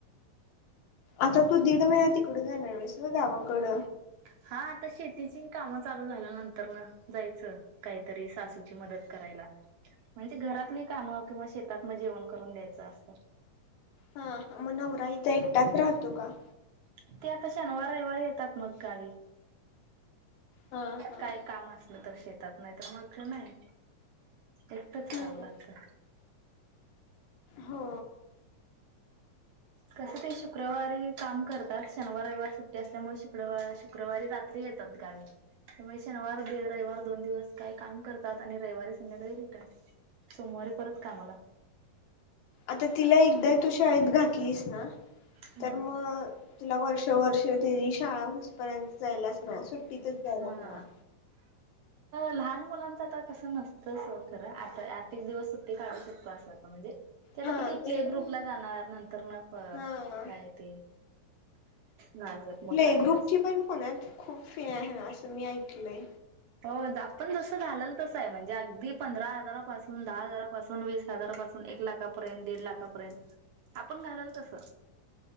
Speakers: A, on the left; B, on the right.
A: आता तू दीड महिना तिकडं जाणार आहेस व्हय गावाकड?
B: हा आता शेतीची काम चालू झाल्यानंतर न जायचं. काहीतरी सासू मदत करायला म्हणजे घरातली काम किंवा शेतात म जेवण करून द्यायचं असत.
A: हा मग नवरा इथं एकटाच राहतो का?
B: ते ते आता शनिवार रविवार येतात मग गावी.
A: हा हा
B: काय काम असलं तर. येतात नाहीतर मग नाही. एकटच
A: हम्म
B: राहावं लागतं.
A: हो.
B: कसं ते शुक्रवारी काम करतात शनिवार रविवार सुट्टी असल्यामुळे शुक्रवार शुक्रवारी रात्री येतात गावी त्यामुळे शनिवार गेल रविवार दोन दिवस काही काम करतात आणि रविवारी संध्याकाळी भेटात सोमवारी परत कामाला
A: आता तिला एक द तू शाळेत घातलीस ना
B: हम्म
A: तर मग तुला वर्ष वर्ष त शाळा हुसपर्यंत जायलाच मिळा सुट्टीतच जायला
B: हा.
A: मिळा.
B: लहान मुलांचं आ कसं नसतं सोड खरं आ आत एक दिवस सुट्टी काढू शकतो, असं आता म्हणजे ते आता
A: हा
B: किती
A: ते
B: प्ले
A: पण
B: ग्रुपला जाणार नंतर ना
A: हा
B: काय ते लहान गट
A: प्ले
B: मोठा
A: ग्रुपची
B: गट असं.
A: पण पुण्यात खूप फि आहे ना असं मी ऐकलंय.
B: हो आपण जसं झालंल तसं आहे म्हणजे अगदी पंधरा हजारापासून, दहा हजारापासून, वीस हजारापासून, एक लाखापर्यंत, दीड लाखापर्यंत आपण घालल तसं.